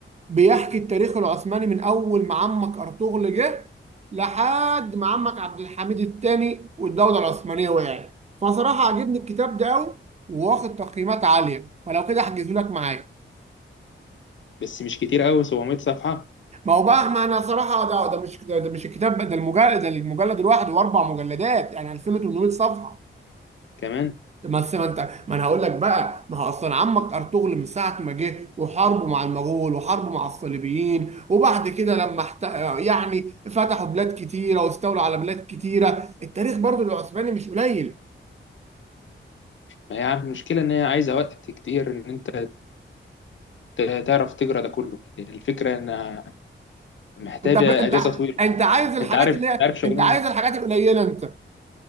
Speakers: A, on the right (about 35°); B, on the left (about 70°).
A: بيحكي التاريخ العثماني من اول ما عمك ارطغرل جه لحد ما عمك عبد الحميد الثاني والدوله العثمانيه وقعت فصراحه عجبني الكتاب ده قوي واخد تقييمات عاليه فلو كده احجزه لك معايا
B: بس مش كتير قوي 700 صفحة
A: ما هو بقى ما انا صراحه ده ده مش ده ده مش الكتاب ده المجلد ده المجلد الواحد واربع مجلدات يعني 2800 صفحه
B: كمان
A: بس ما انت ما انا هقول لك بقى ما هو اصلا عمك ارطغرل من ساعه ما جه وحاربه مع المغول وحاربه مع الصليبيين وبعد كده لما احت... يعني فتحوا بلاد كتيره واستولوا على بلاد كتيره التاريخ برضو العثماني مش قليل
B: ما هي عم- المشكلة ان هي عايزة وقت كتير ان انت ت- تعرف تجرى ده كله الفكرة إنها محتاجة
A: انت انت
B: أجازة طويلة
A: انت عايز الحاجات
B: أنت عارف
A: اللي
B: أنت
A: هي
B: عارف شغلنا
A: انت عايز الحاجات القليله انت